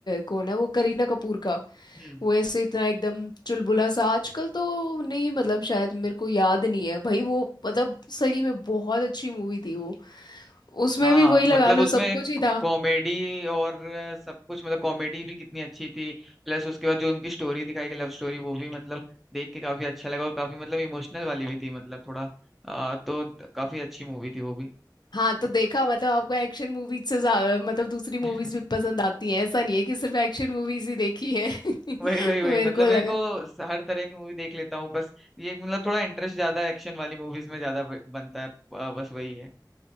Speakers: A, on the left; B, in the centre.
A: कौन है वो करीना कपूर का
B: हाँ
A: वो ऐसे इतना एकदम चुलबुला सा आजकल तो नहीं मतलब शायद मेरे को याद नहीं है भाई वो मतलब सही में बहुत अच्छी मूवी थी वो उसमें
B: हाँ
A: भी वही
B: मतलब
A: लगा लो
B: उसमें
A: सब कुछ ही था
B: कॉमेडी और अ, सब कुछ मतलब कॉमेडी भी कितनी अच्छी थी प्लस उसके बाद जो उनकी स्टोरी दिखाई गई लव स्टोरी वो भी मतलब देख के काफी अच्छा लगा और काफी मतलब इमोशनल वाली भी थी मतलब थोड़ा आ, तो द- काफी अच्छी मूवी थी वो भी
A: हाँ तो देखा मतलब आपको एक्शन मूवीज से ज्यादा मतलब दूसरी मूवीज
B: <laughs>
A: भी पसंद आती हैं ऐसा नहीं है कि सिर्फ एक्शन मूवीज ही देखी है <laughs>
B: वही वही वही
A: मेरे
B: मतलब
A: को लगा
B: मेरे को स- हर तरह की मूवी देख लेता हूँ बस ये मतलब थोड़ा इंटरेस्ट ज्यादा एक्शन वाली मूवीज में ज्यादा ब- बनता है आ, बस वही है